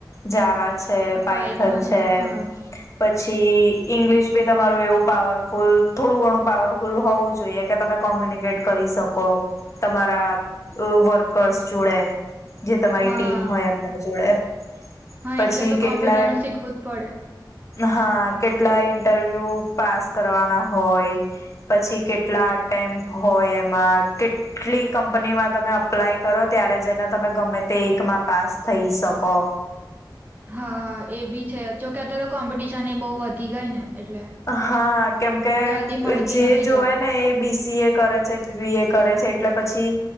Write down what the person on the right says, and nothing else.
પાયથન
હા
હા
હા
એટલે તો
કોમ્પ્યુટર નુ શીખવું જ પડે.
હા એ બી છે જોકે અત્યારે કોમ્પિટિશન એ બઉ વધી ગઈ ને એટલે
જલ્દી મળતી
નથી
જોબ